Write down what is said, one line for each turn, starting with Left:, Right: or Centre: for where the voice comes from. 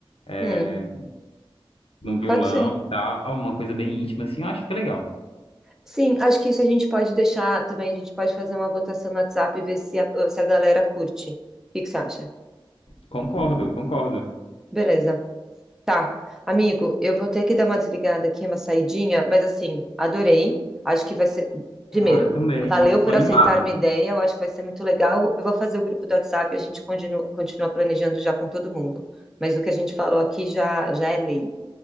Left: é,
Centre: Hum,
Left: num violão
Centre: pode ser.
Left: e tal, uma coisa bem íntima, assim, eu acho que fica legal.
Centre: Sim, acho que isso a gente pode deixar também, a gente pode fazer uma votação no WhatsApp e ver se a, se a galera curte. O que que você acha?
Left: Concordo, concordo.
Centre: Beleza. Tá, amigo, eu vou ter que dar uma desligada aqui, uma saidinha, mas assim, adorei. Acho que vai ser. Primeiro,
Left: Ah, eu também.
Centre: valeu por
Left: Tô animado.
Centre: aceitar minha ideia, eu acho que vai ser muito legal. Eu vou fazer o grupo do WhatsApp, a gente continua, continua planejando já com todo mundo. Mas o que a gente falou aqui já, já é lei,